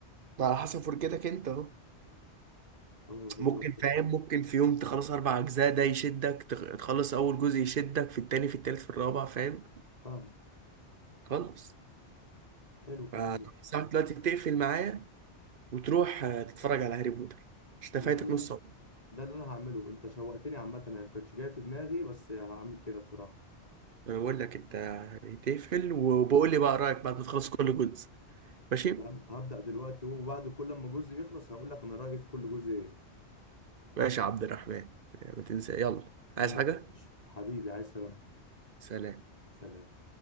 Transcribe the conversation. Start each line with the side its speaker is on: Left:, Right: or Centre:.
Right: على حسب فرجتك انت اهو
Left: اه بالظبط
Right: ممكن فاهم
Left: كده.
Right: ممكن في يوم تخلص اربع اجزاء ده يشدك تخ- تخلص اول جزء يشدك في التاني في التالت في الرابع فاهم
Left: فاهم
Right: خلص
Left: حلو الكلام
Right: فساعة
Left: ده
Right: دلوقتي تقفل معايا وتروح آه، تتفرج على هاري بوتر مش
Left: ما
Right: انت فايتك
Left: ده اللي
Right: نص
Left: انا
Right: عمرك
Left: ده اللي انا هعمله انت شوقتني عامه يعني ما كانش جاي في دماغي بس هعمل كده بسرعه
Right: انا بقول لك انت يعني تقفل وبقول لي بقى رايك بعد ما تخلص كل جزء ماشي
Left: فاهم هبدا دلوقتي وبعد كل ما جزء يخلص هقول لك انا رايي في كل جزء ايه
Right: ماشي يا عبد الرحمن ما تنسى يلا
Left: ماشي
Right: عايز حاجة
Left: يا باشا حبيبي عايز سلامتك
Right: سلام
Left: سلام